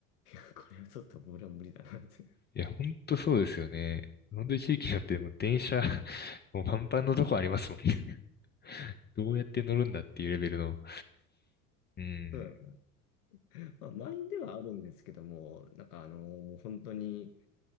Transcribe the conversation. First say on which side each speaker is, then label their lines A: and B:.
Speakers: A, on the left; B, on the left.
A: いや、これはちょっと俺は無理だなって。
B: いや、ほんとそうですよね。本当に地域によってもう電車、<laughs> もうパンパンのとこありますもんね。<laughs> どうやって乗るんだっていうレベルの。うん。
A: うんまあ、満員ではあるんですけども、なんかあの、もう本当に